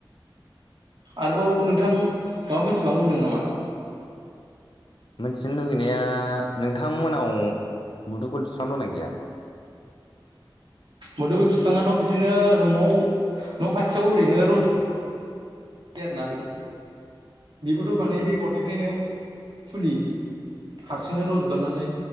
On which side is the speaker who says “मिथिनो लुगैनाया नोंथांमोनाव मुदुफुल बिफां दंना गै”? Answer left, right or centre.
Left